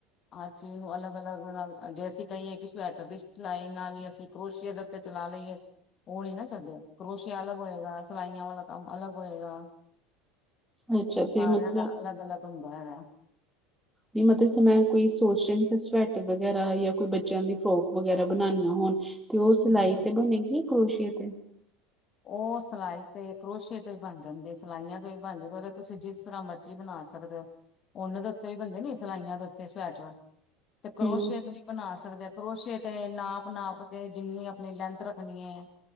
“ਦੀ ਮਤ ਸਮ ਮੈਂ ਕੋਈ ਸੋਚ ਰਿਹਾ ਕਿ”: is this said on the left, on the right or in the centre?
Centre